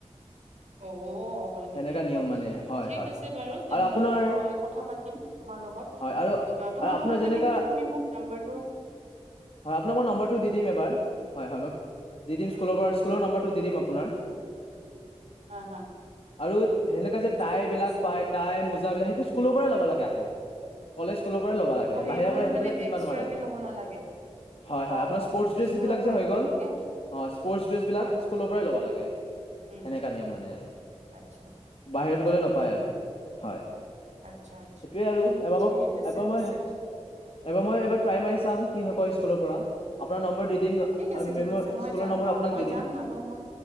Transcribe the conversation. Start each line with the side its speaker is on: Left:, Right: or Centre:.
Right: অ' হয়
Left: সেনেকা
Right: নেকি?
Left: নিয়ম মানে হয়
Right: ঠিক
Left: হয়
Right: আছে বাৰু তেনেহলে
Left: আৰু আপোনাৰ
Right: মই কথা পাতিম তোমাৰ লগত,
Left: হয় আৰু
Right: তোমাৰ
Left: আৰু আপোনাৰ
Right: লগত
Left: যেনেকা
Right: মানে কি তুমি মোক নাম্বাৰটো
Left: হয়, আপোনাক মই নম্বৰটো দি দিম এবাৰ। হয় হয়, মই দি দিম।
Right: উম
Left: স্কুলৰ
Right: হম
Left: স্কুলৰ নম্বৰটো দি দিম আপোনাৰ।
Right: হা হা
Left: আৰু সেনেকা যে
Right: ঠিক
Left: তাই বিলাক
Right: আছে
Left: পায় তাই সেইটো স্কুল পৰাই ল'ব লাগে আক কলে স্কুলৰ পৰাই ল'ব লাগে
Right: অ সেইবোৰ
Left: বাহিৰৰ পৰা এইটোবিলাক
Right: মানে
Left: কিনিব
Right: এক্সট্ৰাকে
Left: নোৱাৰে
Right: ল'ব নালাগে
Left: হয়
Right: অ',
Left: হয় আপোনাৰ স্পৰ্টছ ড্ৰেছ
Right: স্কুলৰ
Left: বিলাক
Right: পৰাই
Left: যে হৈ
Right: ল'ব
Left: গ'ল অ
Right: লাগে
Left: হয়, হয় স্পৰ্টছ ড্ৰেছ বিলাক
Right: হয়।
Left: স্কুলৰ পৰাই ল'ব লাগে
Right: উম।
Left: সেনেকা নিয়ম মানে আৰু
Right: আচ্ছা,
Left: বাহিৰত
Right: আচ্ছা,
Left: গ'লে
Right: আচ্ছা,
Left: নাপায় আৰু হয়,
Right: আচ্ছা, আচ্ছা
Left: সেইটোয়ে আৰু এবাৰ
Right: ঠিক
Left: মই
Right: আছে
Left: এবাৰ
Right: পিছে
Left: মই এবাৰ মই এবাৰ ট্ৰাই মাৰিছো কি হয় কয় স্কুলৰ পৰা দিম
Right: ঠিক আছে
Left: আৰু
Right: ঠিক
Left: মেমৰ
Right: আছে মই
Left: স্কুলৰ
Right: যাম
Left: নম্বৰ
Right: অ
Left: আপোনাক
Right: মই
Left: দি
Right: যাম
Left: দিম
Right: নহ'ল বা মোৰ